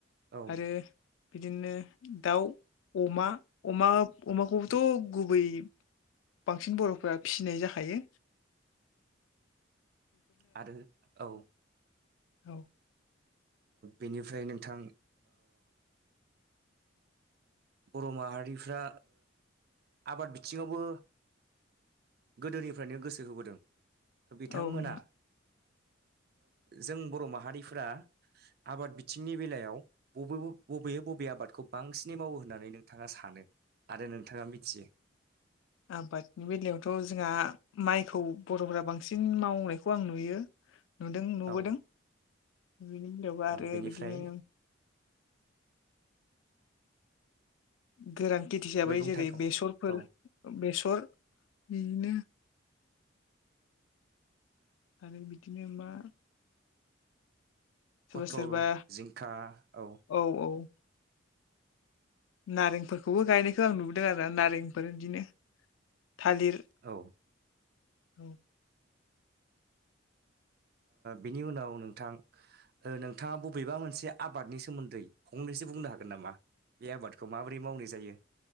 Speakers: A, on the right; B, on the left.
A: औ
B: आरो बिदिनो दाउ अमा अमा अमाखौबोथ' गुबै बांसिन बर'फोरा फिसिनाय जाखायो
A: आरो औ
B: औ
A: बेनिफ्राय नोंथां बर' माहारिफ्रा आबाद बिथिङावबो गोदोनिफ्रायनो गोसो होबोदों बिथांमोना
B: औ नोंथां
A: जों बर' माहारिफ्रा आबाद बिथिंनि बेलायाव बबे बबे बबे आबादखौ बांसिनै मावो होन होननानै नोंथाङा सानो आरो नोंथाङा मिथियो
B: आबादनि बेलायावथ' जोंहा माइखौ बर'फोरा बांसिन मावनायखौ आं नुयो नुदों नुबोदों
A: औ
B: बिनि उलायाव
A: औ
B: आरो
A: बेनिफ्राय
B: बिदिनो गोरां खेत हिसाबै
A: मैगं
B: जेरै
A: थाइगं
B: बेसरफोर
A: औ
B: बेसर बिदिनो आरो बिदिनो मा सोरबा
A: पथल
B: सोरबा
A: जिंखा औ
B: औ औ नारेंफोरखौबो गायनायखौ आं नुबोदों आरो नारेंफोर बिदिनो थालिर
A: औ
B: औ
A: बिनि उनाव नोंथां नोंथाङा बबेबा मोनसे आबादनि सोमोन्दै फंनैसो बुंनो हागोन नामा बे आबादखौ माबोरै मावनाय जायो